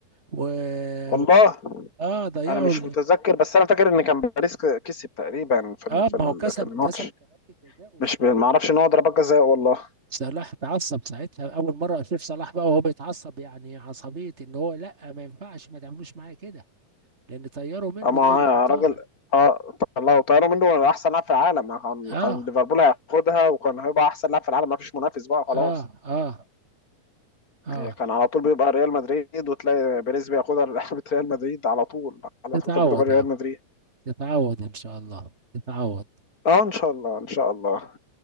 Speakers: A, on the right; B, on the left.
A: و-
B: والله
A: اه ضيعوا
B: انا مش
A: ال...
B: متذكر بس انا فاكر ان كان باريس ك- كسب تقريبا في ال-
A: اه
B: في
A: ما
B: ال-
A: هو كسب
B: في الماتش
A: كسب ضربة الجزاء وساعتها
B: مش ب- ما اعرفش ان هو ضربة جزاء والله
A: صلاح اتعصب ساعتها اول مره اشوف صلاح بقى وهو بيتعصب يعني عصبيه ان هو لا ما ينفعش ما تعملوش معايا كده لان طيروا منه
B: اما
A: دوري الابطال
B: راجل اه طلعوا طيروا منه احسن لاعب في العالم كان
A: اه
B: كان ليفربول هياخدها وكان هيبقى احسن لاعب في العالم ما فيش منافس بقى خلاص
A: اه اه اه
B: هي كان على طول بيبقى ريال مدريد وتلاقي بيريز بياخدها <laughs> لعبة ريال مدريد على طول على
A: تتعود
B: طول كانت بتبقى ريال
A: يا عم
B: مدريد
A: تتعود ان شاء الله تتعود
B: اه ان شاء الله ان شاء الله